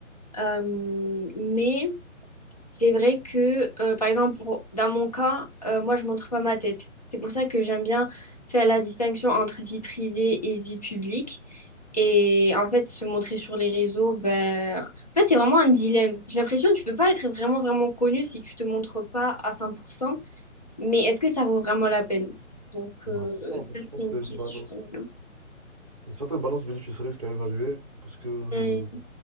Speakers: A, on the left (about 30°); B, on the right (about 30°).
A: Euh, mais. C'est vrai que, euh, par exemple, pour- dans mon cas, euh, moi, je montre pas ma tête. C'est pour ça que j'aime bien faire la distinction entre vie privée et vie publique. Et en fait, se montrer sur les réseaux, ben... En fait, c'est vraiment un dilemme. J'ai l'impression que tu peux pas être vraiment, vraiment connu si tu te montres pas à 100%. Mais est-ce que ça vaut vraiment la peine? Donc,
B: Ouais,
A: euh,
B: c'est ça, en
A: ça,
B: fait. Je
A: c'est
B: pense
A: une
B: qu'il
A: question.
B: y a une balance, une certaine balance bénéfice-risque à évaluer parce que euh,
A: Mm,